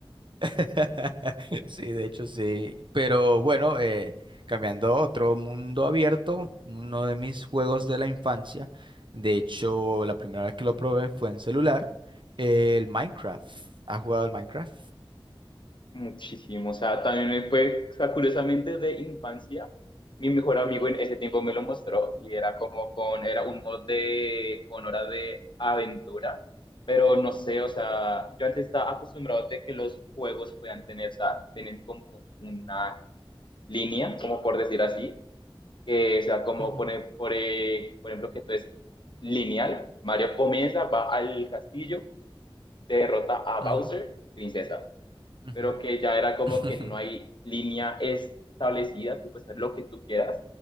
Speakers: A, on the right; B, on the left.
A: <laughs> Sí, de hecho, sí. Pero bueno, eh, cambiando a otro mundo abierto, uno de mis juegos de la infancia. De hecho, la primera vez que lo probé fue en celular. El Minecraft. ¿Has jugado el Minecraft?
B: Muchísimo, o sea, también me fue, o sea, curiosamente de infancia, mi mejor amigo en ese tiempo me lo mostró y era como con, era un mod de, con hora de aventura, pero no sé, o sea, yo antes estaba acostumbrado de que los juegos puedan tener, o sea, tienen como una línea, como por decir así, que, o sea, como
A: Ujú,
B: por, e- por, e- por ejemplo, que esto es lineal, Mario comienza, va al castillo, derrota a Bowser,
A: ujú,
B: princesa
A: ujú.
B: pero que ya era como
A: <laughs>
B: que no hay línea establecida, tú puedes hacer lo que tú quieras.